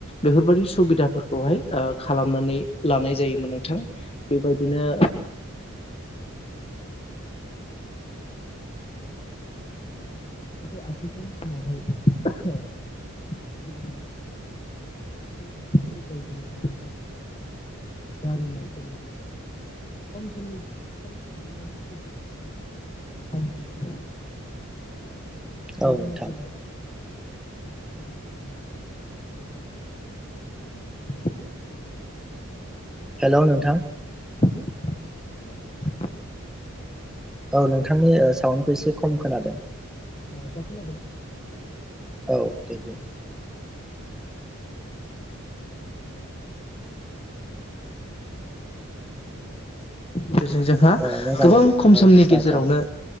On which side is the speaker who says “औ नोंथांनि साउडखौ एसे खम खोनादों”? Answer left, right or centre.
Centre